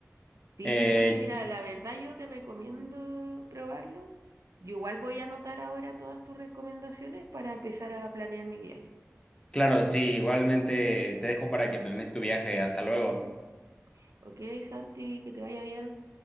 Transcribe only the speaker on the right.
Sí,
Santi, mira, la verdad yo te recomiendo probarlo. Yo igual voy a anotar ahora todas tus recomendaciones para empezar a planear mi viaje.
Ujú. Ok, Santi, que te vaya bien.